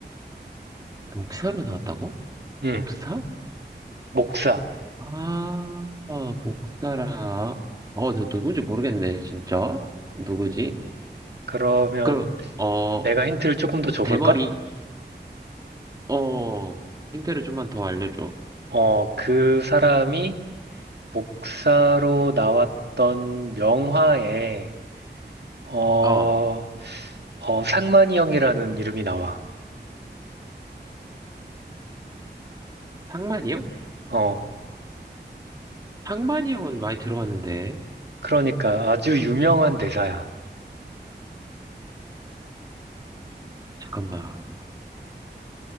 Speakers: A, on the right; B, on the right.
A: 목사로 나왔다고?
B: 응,
A: 목사?
B: 목사.
A: 아, 아, 목사라. 어, 나 누구지 모르겠네, 진짜. 누구지?
B: 그러면
A: 그, 어,
B: 내가 힌트를 조금 더 줘볼까?
A: 대머리, 어, 힌트를 좀만 더 알려줘.
B: 어, 그 사람이 목사로 나왔던 영화에, 어,
A: 어,
B: 어, 상만이 형이라는 이름이 나와.
A: 상만이 형?
B: 어,
A: 상만이 형은 많이 들어봤는데.
B: 그러니까 아주 유명한 대사야.
A: 잠깐만.